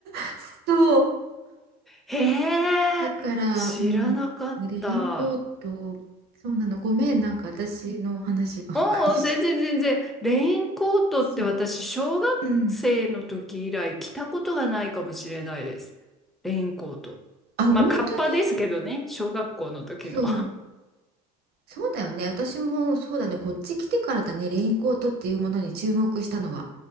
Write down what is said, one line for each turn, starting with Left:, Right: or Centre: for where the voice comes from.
Right: <laughs> そう。
Centre: へえ、
Right: だから、
Centre: 知らなかった。
Right: うん、レインコート、そうなの。ごめん、なんか私の話ばっかりした。
Centre: うん全然全然。レインコートって私、
Right: そう、
Centre: 小学生の時以来着たことがないかもしれないです。
Right: うん。
Centre: レインコート。
Right: あ、本当に
Centre: まあ、カッパですけどね、小学校の時の。
Right: そう。そうだよね。私もそうだね。こっち来てからだね。レインコートっていうものに注目したのは。